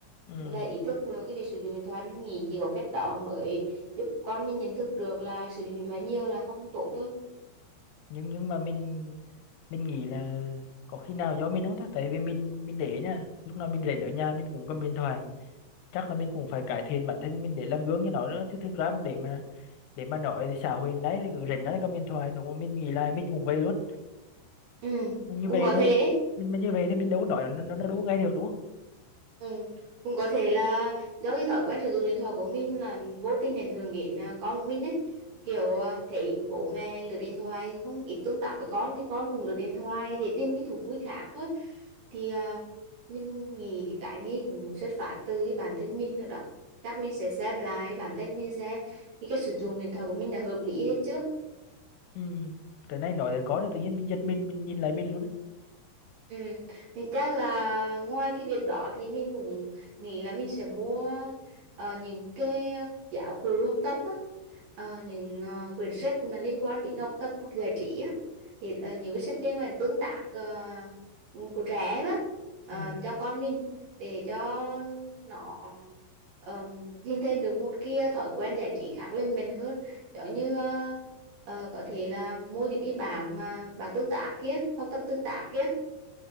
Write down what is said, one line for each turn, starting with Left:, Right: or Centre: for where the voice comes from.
Left: ừ.
Right: và ý thức được cái việc sử dụng điện thoại mình nghĩ chỉ có cách đó mới giúp con mình nhận thức được là sử dụng điện thoại nhiều là không tốt thôi
Left: nhưng nhưng mà mình mình nghĩ là có khi nào do mình không ta tại vì mình mình để nha lúc nào mình rảnh ở nhà mình cũng cầm điện thoại chắc là mình cũng phải cải thiện bản thân mình để làm gương cho nó nữa chứ thực ra mà để mà để mà nói thì xã hội đấy cứ rảnh đấy cầm điện thoại đúng không? mình nghĩ là mình cũng vậy luôn
Right: ừ
Left: như
Right: cũng
Left: về
Right: có
Left: mình
Right: thể ấy.
Left: mình mà như về thì mình đâu có nói nó nó, nó đâu có nghe được đúng không
Right: ừ cũng có thể là do cái thói quen sử dụng điện thoại của mình là vô tình ảnh hưởng đến à, con của mình ấy kiểu à, thấy bố mẹ lướt điện thoại không ít tương tác với con thì con cũng lướt điện thoại để tìm những thú vui khác thôi thì à, mình nghĩ cái cái này cũng xuất phát từ cái bản thân mình nữa đó chắc mình sẽ xem lại bản thân mình xem thì cái sử dụng điện thoại của mình là hợp lý hết chưa
Left: ừ. cái này nói thì có rồi tự nhiên mình giật mình mình nhìn lại mình luôn đấy
Right: Ừ. Thì chắc là ngoài cái việc đó thì mình cũng nghĩ là mình sẽ mua ờ, những cái giáo cụ học tập á, Ờ, những ờ, quyển sách mà liên quan đến học tập hoặc giải trí á, thì ờ, những cái sách liên quan đến tương tác ờ, của trẻ em á, ờ,
Left: ừ.
Right: cho con mình để cho nó ờm, hình thành được một cái thói quen giải trí khác lên mình hơn, giống như ờ, ờ, có thể là mua những cái bảng mà bảng tương tác kia, học tập tương tác kia